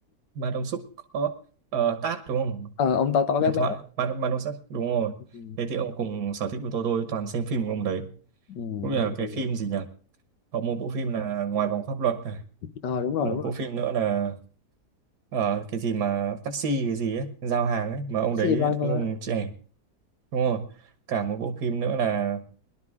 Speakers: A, on the right; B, on the left.
A: Ma Đông Súc có ờ, Tát đúng không
B: ờ, ông to to
A: huyền
B: béo béo
A: thoại Ma, Ma Đông Súc đúng rồi
B: Ừ.
A: thế thì ông cùng sở thích của tôi tôi toàn xem phim của ông đấy
B: ừ,
A: cũng như
B: vậy
A: là cái
B: thì
A: phim gì nhỉ có một bộ phim là ngoài vòng pháp luật này
B: ờ đúng rồi
A: một
B: đúng rồi
A: bộ phim nữa là ờ, cái gì mà taxi cái gì ấy giao hàng ấy mà ông
B: Taxi
A: đấy
B: Driver
A: đóng ông
B: á,
A: trẻ đúng rồi cả một bộ phim nữa là